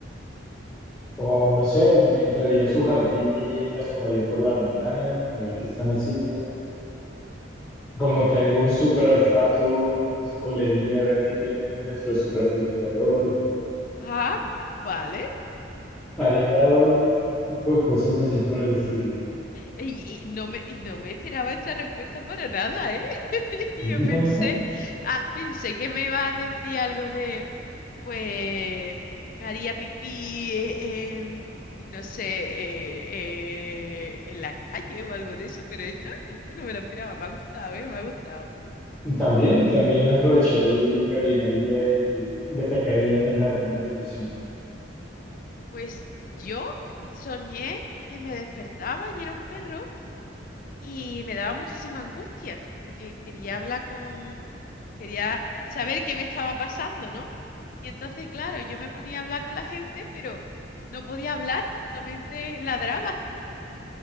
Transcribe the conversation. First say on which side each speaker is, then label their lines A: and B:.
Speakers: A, in the centre; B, on the left.
A: O no sé, me entraría a su jardín y me asomaría por la ventana a ver qué están haciendo. Como tengo un súper olfato, no sé, olería a ver qué tienen dentro de su refrigerador.
B: Ah, vale.
A: Haría un tipo de cosas así por el estilo.
B: Y, y no me, y no me esperaba esta respuesta para nada, ¿eh? <laughs> Yo
A: <laughs>
B: pensé, ah, pensé que me ibas a decir algo de... Pues me haría pipí eh, en, no sé, eh, eh, en la calle o algo de eso, pero esto, esto no me lo esperaba, me ha gustado, ¿eh? Me ha gustado.
A: También, también aprovecharía y me orinaría y defecaría en el jardín de mis vecinos.
B: Pues yo soñé que me despertaba y era un perro y me daba muchísima angustia porque quería hablar con, quería saber qué me estaba pasando, ¿no? Y entonces, claro, yo me ponía a hablar con la gente, pero no podía hablar, solamente ladraba.